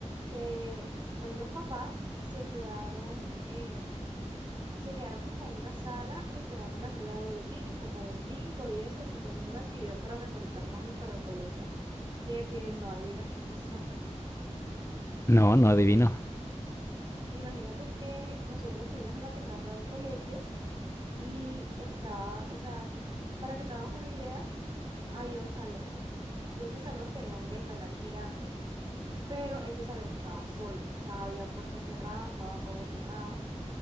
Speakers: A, on the right (about 40°); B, on the left (about 20°).
A: que pues los papás se quedaron en se quedaron como en una sala esperando la entrega de boletines, como un bingo y eso, tipo haciendo una actividad para recolectar fondos para el colegio. Y de que no adivinas qué pasó.
B: No, no adivino.
A: <laughs> Imagínate que nosotros fuimos a la terraza del colegio y estaba, o sea, para que te hagas una idea, había un salón y ese salón tenía un ventanal gigante, pero ese salón estaba solo, o sea, había puertas cerradas, estaba todo cerrado.